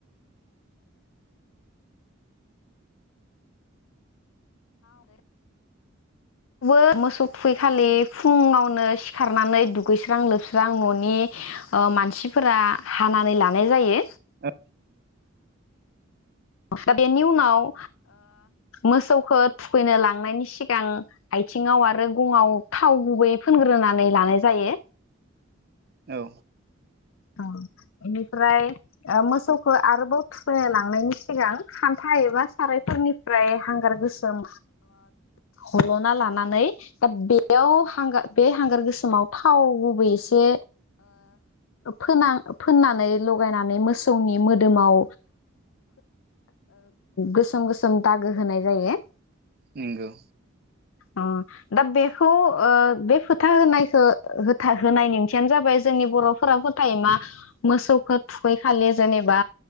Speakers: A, on the left (about 75°); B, on the right (about 50°).
A: बो मोसौ थुखैखालि फुङावनो सिखारनानै दुगैस्रां लोबस्रां न'नि मानसिफोरा हानानै लानाय जायो
B: औ
A: दा बेनि उनाव मोसौखौ थुखैनो लांनायनि सिगां आथिङाव आरो गङाव थाव गुबैयै फुनग्रोनानै लानाय जायो
B: औ
A: बेनिफ्राय मोसौखौ आरोबाव फुखोन लांनायनि सि सिगां खान्था एबा सारायफोरनिफ्राय हांगार गोसोम हल'ना लानानै दा बेयावार बे हांगार गोसोमाव थाव गुबै एसे फोन फोननानै लगायनानै मोसौनि मोदोमाव गोसोम गोसोम दागो होनाय जायो
B: नंगौ
A: अ दा बेखौ ओ बे फोथा होनायखौ होनाय ओंथियानो जाबाय जोंनि बर'फोरा फोथाय मा मोसौखौ थुखै खालि जेनेबा